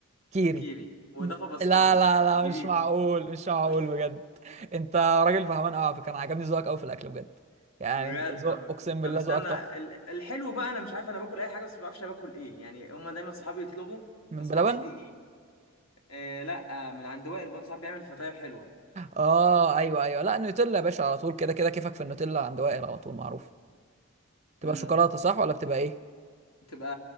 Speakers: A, on the right (about 30°); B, on the left (about 75°).
A: كيري
B: كيري واضافه
A: ب...
B: بسطرمه
A: لا لا
B: جديد
A: لا مش معقول مش معقول
B: <laughs>
A: بجد انت راجل فهمان قوي على فكره انا عجبني ذوقك قوي في الاكل بجد يعني
B: بجد
A: انت ذوق
B: طب
A: اقسم بالله
B: طب استنى
A: ذوقك تحفه
B: ال- الحلو بقى انا مش عارف انا باكل اي حاجه بس ما بعرفش أنا باكل ايه يعني هما دايما صحابي يطلبوا
A: من
B: بس
A: بلبن
B: ما اعرفش دي ايه آه لا آه، من عند وائل برضه ساعات بيعمل فطاير حلوه
A: اه ايوه ايوه لا النوتيلا يا باشا على طول كده كده كيفك في النوتيلا عند وائل على طول معروف تبقى
B: امم
A: شوكولاته صح ولا بتبقى ايه
B: بتبقى